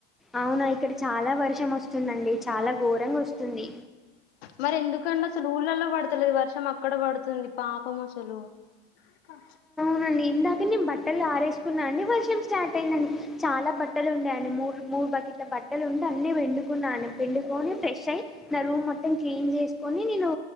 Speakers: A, in the centre; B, on the left.
A: అవునా ఇక్కడ చాలా వర్షం వస్తుందండి చాలా ఘోరంగా వస్తుంది
B: మరి ఎందుకండి అసలు ఊళ్ళల్లో పడుతలేదు వర్షం అక్కడ పడుతుంది పాపం అసలు హా
A: హా ఇందాక నేను బట్టలు ఆరేసుకున్నా అండి వర్షం స్టార్ట్ అయిందండి చాలా బట్టలు ఉండేయండి ము ము మూడు బకెట్ల బట్టలు ఉండా అనీ అని పిండుకున్నాను పిండుకొని ఫ్రెష్ అయి నా రూమ్ మొత్తం క్లీన్ చేసి కోని నేను